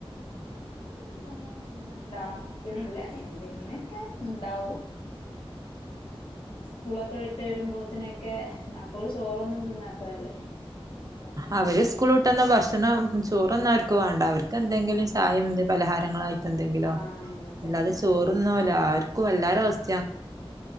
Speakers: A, on the left (about 60°); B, on the right (about 35°).
A: സ്നേകൊന്നുംന്നും ഒും ഉണ്ടാക്കണില്ല എന്തെ ഇങ്ങനെയൊക്കെ ഉണ്ടാകും സ്കൂളൊക്കെ വിട്ട് വരുമ്പോത്തിനൊക്കെ മക്കള് ചോറൊന്നും തിന്നാത്തതല്ലേ അപ്പൊ പിന്നെ
B: ആഅവര്
A: എന്തെങ്കിലൊക്കെ
B: സ്കൂൾ വിട്ടന്ന
A: ഇണ്ടാവും
B: ഭക്ഷണം േ ചോ തൊഎനന്നും അവർക്ക് വേണ്ട അവർക്ക് എന്തെങ്കിലും
A: ആഹ്
B: ചായി എന്തെപലഹാരങ്ങളായിട്ട് എന്തെങ്കിലോ
A: ആഹ് അങ്ങനെ തന്നെയാണ്
B: അല്ലാതെ ചോറുന പോലെ ആും വല്ലാരരസ്ഥ